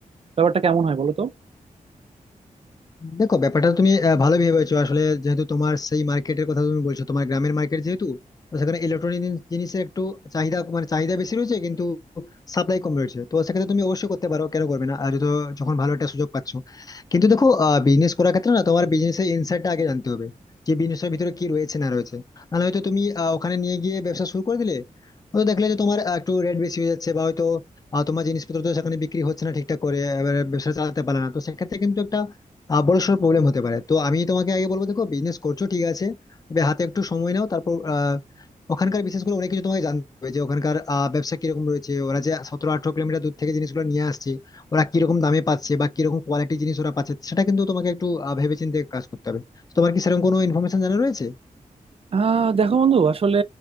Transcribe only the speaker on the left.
দেখো ব্যাপারটা তুমি আহ, ভালো ভেবেছো আসলে যেহেতু তোমার সেই মার্কেটের কথা তুমি বলছো তোমার গ্রামের মার্কেট যেহেতু তো সেখানে ইলেকট্রনিক জিনিসের একটু চাহিদা মানে চাহিদা বেশি রয়েছে কিন্তু সাপ্লাই কম রয়েছে তো সেক্ষেত্রে তুমি অবশ্যই করতে পারো কেন করবে না আর যত যখন ভালো একটা সুযোগ পাচ্ছ কিন্তু দেখো বিজনেস করার ক্ষেত্রে না তোমার বিজনেসের ইনসাইডটা আগে জানতে হবে যে বিজনেসের ভিতরে কি রয়েছে না রয়েছে নাহলে হয়তো তুমি আহ, ওখানে নিয়ে গিয়ে ব্যবসা শুরু করে দিলে হয়তো দেখলে যে তোমার আহ, একটু রেট বেশি হয়ে যাচ্ছে বা হয়তো আহ, তোমার জিনিসপত্র তো সেখানে বিক্রি হচ্ছে না ঠিকঠাক করে এবারে ব্যবসা চালাতে পারে না তো সেক্ষেত্রে কিন্তু একটা আহ বড়সড় প্রবলেম হতে পারে তো আমি তোমাকে আগে বলবো দেখো বিজনেস করছো ঠিক আছে তবে হাতে একটু সময় নাও তারপর আহ, ওখানকার বিশেষ করে অনেক কিছু তোমাকে জানতে হবে যে ওখানকার আহ, ব্যবসা কিরকম রয়েছে ওরা যে সতেরো আঠারো কিলোমিটার দূর থেকে জিনিসগুলো নিয়ে আসছে ওরা কিরকম দামে পাচ্ছে বা কিরকম কোয়ালিটি জিনিস ওরা পাচ্ছে সেটা কিন্তু তোমাকে একটু আহ, ভেবেচিন্তে কাজ করতে হবে তো তোমার কি সেরকম কোনো ইনফরমেশন জানা রয়েছে